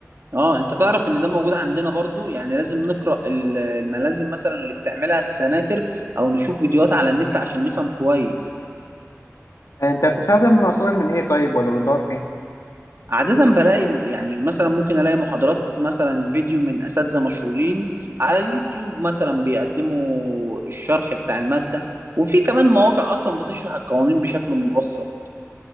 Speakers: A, on the right (about 50°); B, on the left (about 85°).
A: اه انت تعرف ان ده موجود عندنا برضو يعني لازم نقرأ ال- الملازم مثلا اللي بتعملها السناتر او نشوف فيديوهات على النت عشان نفهم كويس
B: انت بتستخدم مصادر من ايه طيب ولا بتدور فين
A: عادة بلاقي يعني مثلا ممكن ألاقي محاضرات مثلا فيديو من أساتذة مشهورين على اليوتيوب مثلا بيقدموا الشرح بتاع المادة وفي كمان مواقع أصلا بتشرح القوانين بشكل مبسط